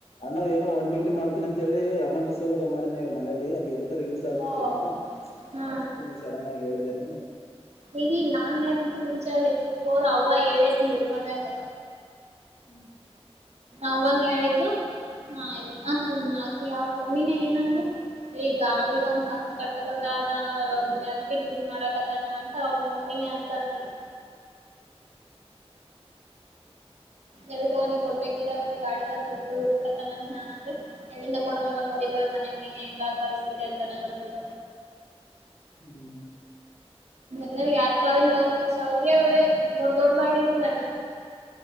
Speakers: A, on the left; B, on the right.
A: ಅಣ್ಣ ಏನೋ ಒನ್ ಡ್ಯೂಟಿ ಮಾಡ್ತೀನಿ ಅಂತ ಹೇಳಿ ಅಮಂಟ್ ಸ ಮಾಡಿದ ಮನಲಿ ಅತ್ ಎದಕರ ಯೂಸ್ ಆಗುತ್ತೇನಾ
B: ಓ ಹಾ
A: ಅತ್ ನೀ ಸಡನ್ ಆಗಿ ಹೇಳಿದೆೇನು
B: ಇ ನಾನ್ ಹೇಳಕ್ಕಿಂತ ಮುಂಚೆೋರ್ ಅವವ ಹೇಳಿದ್ಲು ಮನ್ಯಾಗ
A: ಹ್ಮ್
B: ಅವನು ಹೇಳಿದ್ದು ಹಾ ಆಯ್ತು ಆ ಹ್ಮ ಆಕಿ ಅವ ಮಮ್ಮಿನೇ ಏನಂದ ಈ ಗಾಡಿಗಂದ ಕಂತ ಕಟ್ಟದಂದ ಆದ ದುಡ ಅದಕ್ಕೆ ಡ್ಯೂಟಿ ಮಾಡಾಕತ್ತಾನ ಅಂತ ಅವ್ರ ಮಮ್ಮಿನೇ ಅಂತಂದ ಎದಕ್ಕ ಅವನಿಗೆ ಕೊಡ್ಬೇಕಿಲ್ಲ ಮತ್ತ ಗಾಡಿ ಕ ಅಂತ ಮುಟ್ಟತ್ತನ ನಾನ್ ಅಂದ್ರೆ ಎಲ್ಲಿಂದ ಕೂಡ ಮವ ನೋಡಿದಲ್ಲ ಮನ್ಯಂಗ ನೀನ ಹೆಂಗ ಪರಿಸ್ಥಿತಿ ಅಂತನ ಕಪ್ಪಬಿಟ್ಟ
A: ಹ್ಮ್
B: ಲ್ಲನ್ ಯಾರ್ ಕಾಲಿಂದ ಅವ್ರ ಕಸ ಅವ್ರಿಗೆ ದೊಡ್ಡ ದೊಡ್ಡದಾಗಿ ಇರ್ತದಣ್ಣ